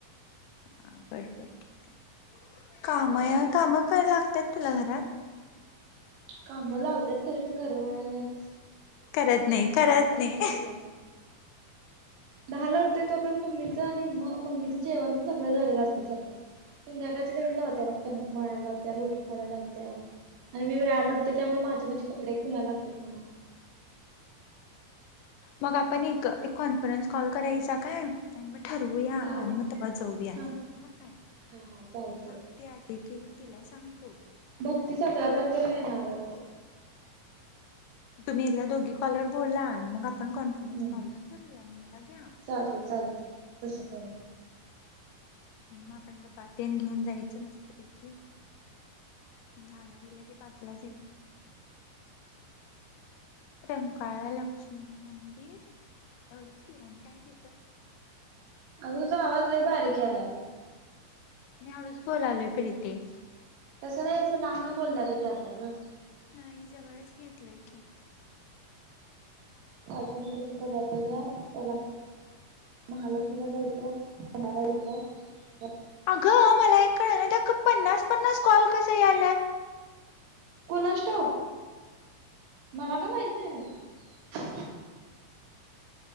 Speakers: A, on the left (about 85°); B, on the right (about 85°).
A: हां बरं बरं ठीक आहे काम यार काम करायला लागतात तुला घरात
B: काम लावत्यात खरं मी करररर
A: करत नाही करत नाही
B: तुला. दहाला उटते तोपर्यंत मम्मीचं निम्म मम्मीचं जेवण तेन सगळं झालेलं असतय सकाळी संध्याकाळची तेवढी लावत्या बघ कनिक मळायला लावत्या लुटून काढायला लावत्या आणि मी वेळाान उटतोय त्यामुळे माझे माझे कपडे एक धुवायला लागतात मला
A: मग आपण एक कॉन्फरन्स कॉल करायचा काय ठरवूया
B: हा
A: आणि मग तेव्हा जाऊया
B: हा
A: ह काय
B: हा हा चालतंय.
A: भक्ती आली की तिला सांगतो
B: भक्ती सतरा तारखेला येणाराय
A: तुमही एकदा दोघी कॉलवर बोला मग आप पण कॉन्फरन्स
B: हम्म
A: कॉलर ठरूया मला घ्या
B: चालतंय चालतंय तसं करू.
A: हम आपण डबातेन घेऊन जायचं मस्तपैकी दहा ला गेलं की पाचलायचं रंकाळा लक्ष्मी मंदिर एवढंच कि आणि काय तिथं
B: अग तुझा आवाज लई बारीक यायलाय
A: मी हळूच बोलालोय प्रीती
B: तसं नाही असं लांबन बोलल्या गत यालता ग
A: नाही जवळच घेतलाय की
B: चालते मग तसं करूया जाऊ्या पहिला महालक्ष्मीला जायचं पुणाला दय
A: अगं मला कळना त्या पन्नास पन्नास कॉल कस आल्यात
B: कुणास ठाऊक मला काय माहित नाही बाई